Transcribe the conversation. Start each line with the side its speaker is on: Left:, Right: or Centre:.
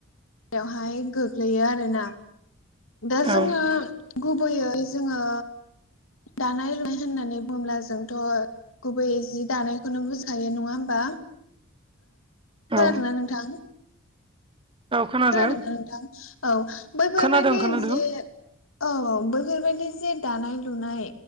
Left: बेवहाय गोग्लैयो आरो ना दा
Right: औ
Left: जोङो गुबैयै जोङो दानाय लुनाय होननानै बुङोब्ला जोंथ' गुबैयै जि दानायखौनो बुजिखायो नङा होमबा खोदोंना
Right: औ
Left: नोंथां
Right: खोनादों
Left: खोनादोंना नोंथां औ बैफोरबायदि
Right: खोनादों खोनादों
Left: जे औ बैफोरबायाददि जे दानाय लुनाय